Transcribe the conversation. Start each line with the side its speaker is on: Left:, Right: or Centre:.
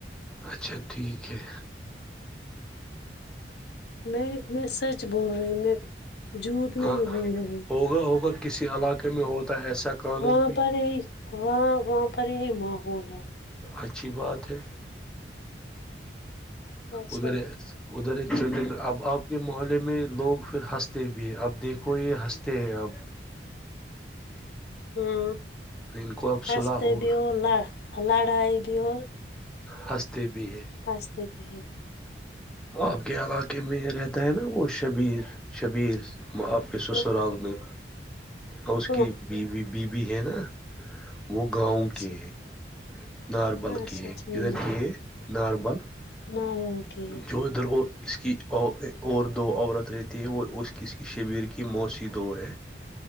Centre: اچھا ٹھیک ہے
Left: میں میں سچ بول رہی میں جھوٹ
Centre: ہاں
Left: نہیں بول رہی
Centre: ہوگا ہوگا کسی علاقے میں ہوتا ہے ایسا قانون
Left: وہاں
Centre: بھی
Left: پر یہی وہاں وہاں پر یہی ماحول ہے
Centre: اچھی بات ہے
Left: اچھا
Centre: ادھر ہے ادھر ہے چنڈی اب آپ کے محلے میں لوگ پھر ہنستے بھی ہیں اب دیکھو یہ ہنستے ہیں اب
Left: ہوں
Centre: ان کو اب
Left: ہنستے
Centre: صلح ہوگا
Left: بھی اور لہ لڑائی بھی اور
Centre: ہنستے بھی ہیں
Left: ہنستے بھی ہیں
Centre: آپ کے علاقے میں رہتا ہے نا وہ شبیر شبیر آپ
Left: ہاں
Centre: سرال میں اور اس
Left: ہاں،
Centre: کی بیوی بیبی ہے نا وہ گاؤں
Left: اچھا
Centre: کی ہے ناربل
Left: اچھا
Centre: کی ہے
Left: ٹھیک
Centre: کدھر کی ہے ناربل
Left: نارول کے ہے
Centre: جو ادھر ہو اس کی ا اور دو عورت رہتی ہے وہ اس اس کی شبیر کی موسی دو ہے